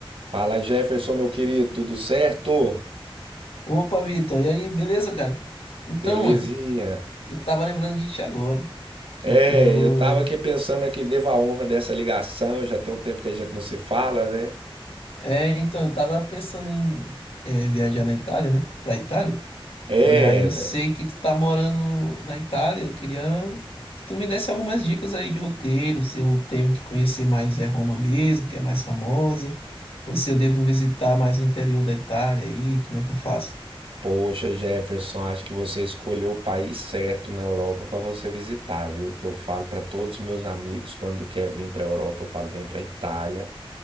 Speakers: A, on the right (about 75°); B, on the left (about 80°).
A: Fala Jefferson, meu querido, tudo certo?
B: Opa, Vitor, e aí, beleza, cara? Então,
A: Belezinha.
B: mano, eu tava lembrando de ti agora, que
A: É,
B: tô,
A: eu tava aqui pensando que devo a honra dessa ligação, já tem um tempo que a gente não se fala, né?
B: É, então, eu tava pensando em é, viajar na Itália, né? Pra Itália.
A: É,
B: E aí eu
A: velho.
B: sei que tu tá morando na Itália, eu queria que tu me desse algumas dicas aí de roteiro, se eu tenho que conhecer mais é Roma mesmo, que é mais famosa, ou se eu devo visitar mais o interior da Itália aí, como é que eu faço?
A: Poxa, Jefferson, acho que você escolheu o país certo na Europa pra você visitar, viu? Que eu falo pra todos os meus amigos quando quer vir pra Europa, eu falo, vem pra Itália